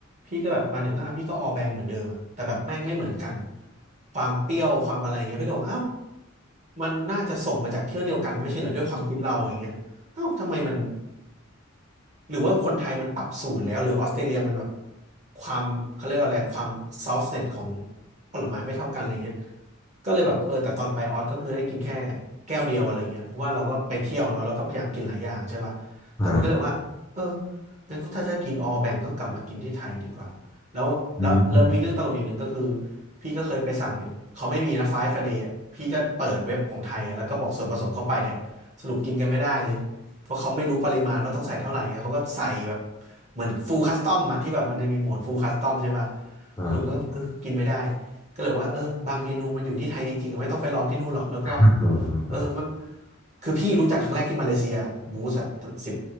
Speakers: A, on the right; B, on the left.
A: พี่ก็แบบมาถึงก็พี่ก็ออแบงเหมือนเดิมอ่ะแต่แบบแม่งไม่เหมือนกันความเปรี้ยวความอะไรอย่างเงี้ยพี่โดบอกเอ้ามันน่าจะส่งมาจากเที่ยวเดียวกันไม่ใช่เหรอด้วยความคิดเราอย่างเงี้ย เอ้าทำไมมันหรือว่าคนไทยมันปรับสูตรแล้วหรือออสเตรเลียมันแบบความเขาเรียกว่าอะไรความซอฟ t เน็ตของผลไม้ไม่เท่ากันอะไรเงี้ยก็เลยแบบเออแต่ตอนไปออสก็คือได้กินแค่แก้วเดียวอะไรเงี้ยเพราะว่าเราก็ไปเที่ยวเนาะเราก็พยายามกินหลายอย่างใช่ป่ะแต่มันก็เลยว่าเออ
B: อ่า
A: งั้นก็ถ้าจะกินออแบ่งก็กลับมากินที่ไทยดีกว่าแล้วแล้วแล้วมีเรื่องตลกอย่างหนึ่งก็คือ
B: อืม
A: พี่ก็เคยไปสั่งเนี่ยเขาไม่มีนะไฟฟ์เดย์พี่ก็เปิดเว็บของไทยอะแล้วก็บอกส่วนผสมเข้าไปอ่ะสรุปกินกันไม่ได้เลย เพราะเขาไม่รู้ปริมาณว่าต้องใส่เท่าไหร่ไงเขาก็ใส่แบบเหมือนฟูลคัสตอมอะที่แบบมันจะมีโหมดฟูลคัสตอมใช่ป่ะ
B: อ่า
A: สรุปก็ก็กินไม่ได้ก็เลยว่าเออบางเมนูมันอยู่ที่ไทยจริงๆอะไม่ต้องไปลองที่นู่นหรอกแล้วก็
B: อ๋อครับ
A: เออมันคือพี่รู้จักครั้งแรกที่มาเลเซียบูสอะสิบ